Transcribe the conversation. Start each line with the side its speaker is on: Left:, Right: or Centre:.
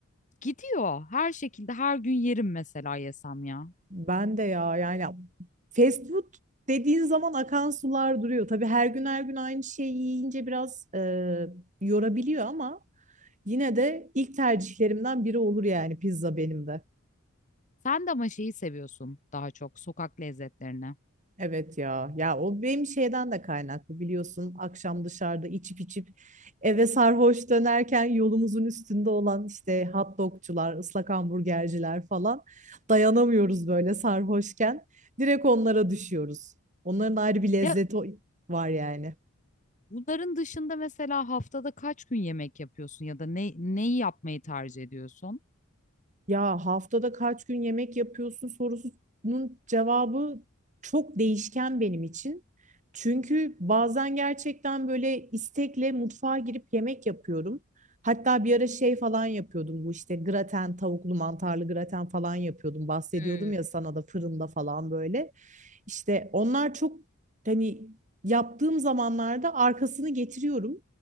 Left: Gidiyor. Her şekilde her gün yerim mesela yesem ya.
Right: Ben de ya yani fast food dediğin zaman akan sular duruyor. Tabii her gün her gün aynı şeyi yiyince biraz e, yorabiliyor ama yine de ilk tercihlerimden biri olur yani pizza benim de.
Left: Sen de ama şeyi seviyorsun daha çok sokak lezzetlerini.
Right: Evet ya. Ya o benim şeyden de kaynaklı biliyorsun. Akşam dışarıda içip içip eve sarhoş dönerken yolumuzun üstünde olan işte hot dogcular, ıslak hamburgerciler falan dayanamıyoruz böyle sarhoşken. Direkt onlara düşüyoruz. Onların ayrı bir lezzeti
Left: Ya
Right: o- var yani.
Left: Bunların dışında mesela haftada kaç gün yemek yapıyorsun ya da ne neyi yapmayı tercih ediyorsun?
Right: Ya haftada kaç gün yemek yapıyorsun sorusunun cevabı çok değişken benim için. Çünkü bazen gerçekten böyle istekle mutfağa girip yemek yapıyorum. Hatta bir ara şey falan yapıyordum bu işte graten, tavuklu mantarlı graten falan yapıyordum. Bahsediyordum
Left: Hmm.
Right: ya sana da fırında falan böyle. İşte onlar çok hani yaptığım zamanlarda arkasını getiriyorum.